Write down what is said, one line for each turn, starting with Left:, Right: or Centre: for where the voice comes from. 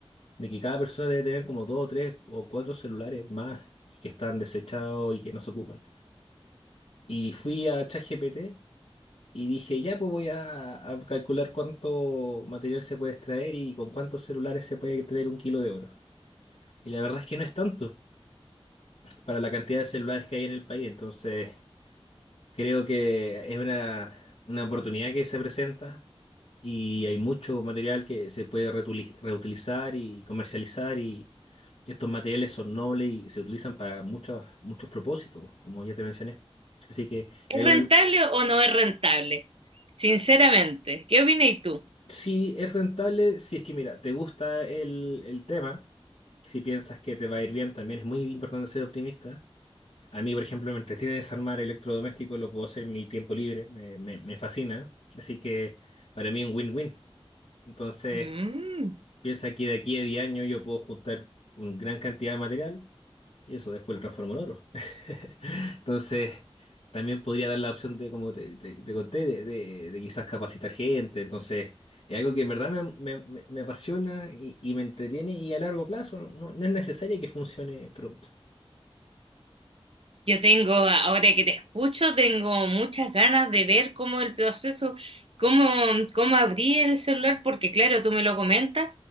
Left: de que cada persona debe tener como dos o tres o cuatro celulares más y que están desechados y que no se ocupan. Y fui a ChatGPT Y dije, ya, pues voy a, a calcular cuánto material se puede extraer y con cuántos celulares se puede tener un kilo de oro. Y la verdad es que no es tanto para la cantidad de celulares que hay en el país. Entonces, creo que es una, una oportunidad que se presenta y hay mucho material que se puede reutili- reutilizar y comercializar y estos materiales son nobles y se utilizan para muchos, muchos propósitos, como ya te mencioné. Así que
Right: ¿Es
Left: es algo
Right: rentable
Left: que,
Right: o no es rentable? Sinceramente, ¿qué opinas tú?
Left: Sí, es rentable si es que, mira, te gusta el, el tema, si piensas que te va a ir bien, también es muy importante ser optimista. A mí, por ejemplo, me entretiene desarmar electrodomésticos, lo puedo hacer en mi tiempo libre, me, me- me fascina. Así que para mí es un win-win. Entonces,
Right: Mm.
Left: piensa que de aquí a 10 años yo puedo juntar una gran cantidad de material y eso después lo transformó en oro. <laughs> Entonces, también podría dar la opción de, como te, te- te conté, de, de- de quizás capacitar gente. Entonces, es algo que en verdad me, me- me- me apasiona y, y me entretiene y a largo plazo no, no- no es necesario que funcione pronto.
Right: Yo tengo, ahora que te escucho, tengo muchas ganas de ver cómo el proceso, cómo, cómo abrí el celular, porque claro, tú me lo comentas,